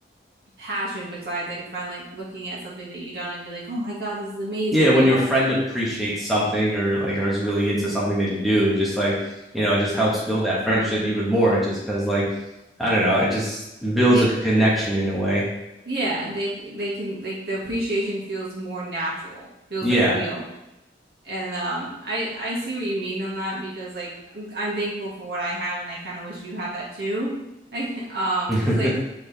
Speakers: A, on the right; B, in the centre.
A: passion besides like a friend like looking at something that you done and be like, "Oh my God, this is amazing,"
B: yeah. When
A: you know?
B: your friend appreciates something or like or is really into something that you do, just like you know, it just helps build that friendship even more. Just because like I don't know, it just builds
A: Like
B: a connection in a way.
A: yeah, they they can like the appreciation feels more natural, feels
B: Yeah,
A: like real. And um, I I see what you mean on that because like I'm, I'm thankful for what I have, and I kind of wish you had that too. <laughs> Like um,
B: <laughs>
A: because like
B: oh,